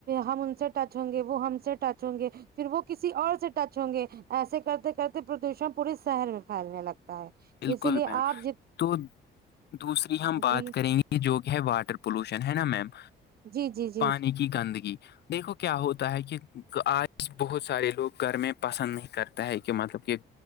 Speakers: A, on the right; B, on the left.
A: ہم ان سے ٹچ ہوں گے وہ ہم سے ٹچ ہوں گے پھر وہ کسی اور سے ٹچ ہوں گے ایسے کرتے کرتے پردوشن پورے شہر میں پھیلنے لگتا ہے
B: بالکل
A: اسی لیے
B: بہم
A: آپ جت
B: تو دوسری ہم بات
A: جی
B: کریں گے یہ جو کہ ہے واٹر پولوشن ہے نا میم
A: جی جی جی
B: پانی کی گندگی دیکھو کیا ہوتا ہے کہ آج بہت سارے لوگ گھر میں پسند نہیں کرتا ہے کہ مطلب کہ